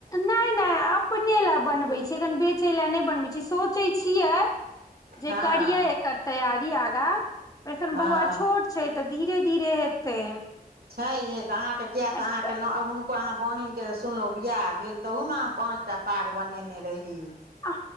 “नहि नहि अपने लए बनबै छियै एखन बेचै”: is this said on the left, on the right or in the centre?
Left